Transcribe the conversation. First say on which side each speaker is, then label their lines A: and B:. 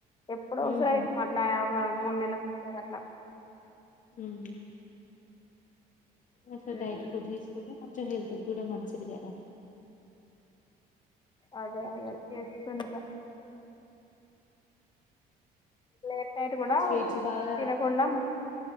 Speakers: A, on the left; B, on the left.
A: ఎప్పుడోసారి
B: ఉహు
A: అట్లా ఒక మూడు నెలకి ఒకసారి అట్లా
B: మ్ అట్లా
A: మ్మ్
B: డైట్ ఫుడ్ తీసుకుంటే కొంచెం హెల్త్ కూడా మంచిది కదా
A: అదే అదే చేస్తుంట లేట్ నైట్ కూడా
B: స్వీట్స్ బాగా
A: తినకుండా